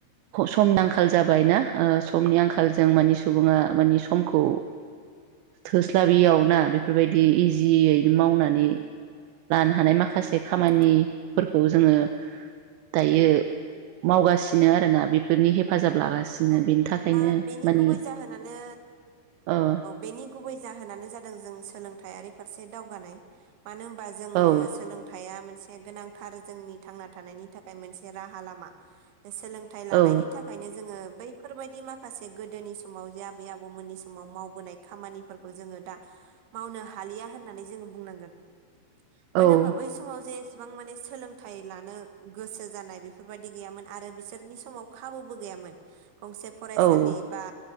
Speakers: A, on the right; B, on the right.
A: समनि आंखाल जाबायना ओ समनि आंखालजों मानि सुबुङा मानि समखौ थोस्लाबियाव ना बेफोरबायदि इजियैनो मावनानै लानो हानाय माखासे खामानि
B: औ
A: फोर खौ जोङो दायो मावगासिनो आरोना बेफोरनि हेफाजाब लागासिनो
B: औ
A: बेनि थाखायनो
B: बा बेनि
A: मानि
B: गुबै जाहोनानो
A: ओ
B: औ बेनि गुबै जाहोनानो जादों जों सोलोंथायारि फारसे दावगानाय मानो होनबा जोंनो
A: औ
B: सोलोंथाइया मोनसे गोनांथार जोंनि थांना थानायनि थाखाय मोनसे राहा लामा सोलोंथाइ लानायनि
A: औ
B: थाखायनो जोङो बैफोरबायदि माखासे गोदोनि समाव जे आबै आबौमोननि समाव मावबोनाय खामानिफोरखौ जोङो दा मावनो हालिया होननानै जोङो बुंनांगोन मानो
A: औ
B: होनोबा बै समाव जे इसिबां माने सोलोंथाइ लानो गोसो जानाय बेफोरबायाददि गैयामोन आरो बिसोरनि समाव खाबुबो गैयामोन गंसे फरायसालि
A: औ
B: बा